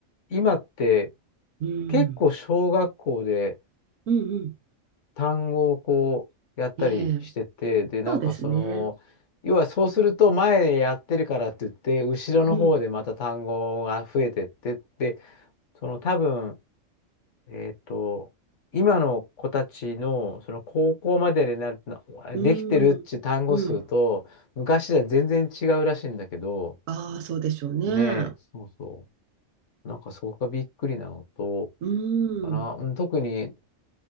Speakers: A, on the left (about 65°); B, on the right (about 75°).
A: 今って
B: うん。
A: 結構小学校で
B: うんうん。
A: 単語をこうやったりしてて、
B: ええ、
A: で、なんかその、
B: そうですね。
A: 要はそうすると前でやってるからって言って、後ろの方でまた単語が増えてってって、
B: うん、
A: その多分、えっと、今の子たちのその高校までになる、なできてるっていう単語数と、
B: うん、うん。
A: 昔では全然違うらしいんだけど、
B: ああ、そうでしょうね。
A: ねえ、
B: う
A: そうそう。なんかそこがびっくりなのと、
B: ん、
A: かな。うん、特に